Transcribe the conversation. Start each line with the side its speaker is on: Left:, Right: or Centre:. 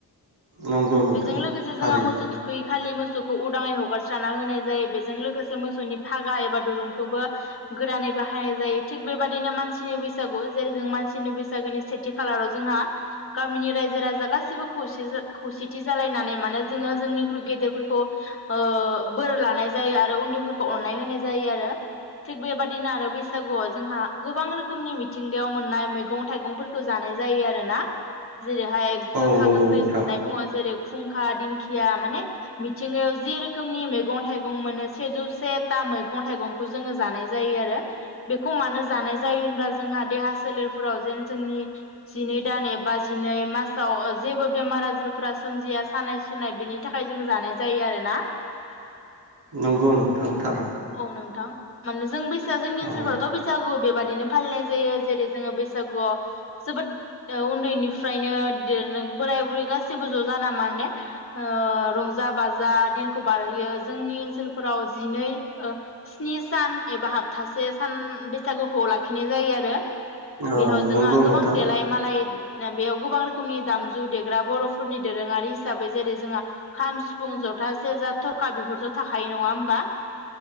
Right: नंगौ नोंथां
Left: बेजों लोगोसे
Right: थारैनो
Left: जोंहा मोसौ थुखैयै खालि मोस सोखौ उदांयै हगारसार साना होनाय जायो बेजों लोगोसे मोसौनि फागा एबा दुरुंखौबो गोरानै बाहायनाय जायो थिग बेबायदिनो मानसि बैसागु जेरै जों मान नि बैसागोनि सेथि खालाराव जोंहा गामिनि रायजो राजा गासिबो खौ खौसेथि जालायनानै माने जोङो जोंनिख्रुइ गेदेर खौ ओ बोर लानाय जायो आरो उन्दैफोरखौ अननाय होनाय जायो आरो थिग बेबादिनो आरो बैसागुआव जोंहा गोबां रोखोमनि मिथिंगायाव मोननाय मैगं थाइगंफोरखौ जानाय जायो आरो ना जेरैहाय गोखा
Right: औ नंगौ
Left: गोखै
Right: नोंथां
Left: जानाय बुङो जेरै खुंखा दिंखिया माने मिथिंगायाव जि रोखोम नि मैगं थाइगं मोनो सेजौसे था मैगं थाइगंखौ जोङो जानाय जायो आरो बेखौ मानो जानाय जायो होनब्ला जोंहा देहा सोलेरफोराव जेन जोंनि जिनै डान एबा दिनै मासाव ओ जेबो बेमार आजारफोरा सोमजिया सानाय सुनाय बिनि थाखाय जों जानाय जायो जायो आरोना
Right: नंगौ नोंथां थार
Left: औ नोंथां मानो जों बै जोंनि ओनसफ्रावथ'
Right: औ
Left: बैसागु बेबायद नो फालिनाय जायो जेरै जोङो बैसागुआव जोबोद ओ उन्दैनिफ्रायनो बोराय बुरै गासिबो ज' जाना माने ओ रंज जा बाज जा दिनखौ बारहोयो जोंनि ओनसोलफोराव जिनै ओ स्नि सान एबा हाबथासे सान बैसागुखौ लाखिनाय जायो आरो
Right: औ
Left: बेयाव जोंहा
Right: नंगौ
Left: गोबां
Right: नोंथां
Left: देलाय मालाय ना बेयाव गोबां रो खोमनि दामजु देग्रा बर' फोरनि दोरोङारि हिसाबै जेरै जोंहा खाम सिफुं जथा सेजा थरखा बेफोरथ' थाखायो नङा होमबा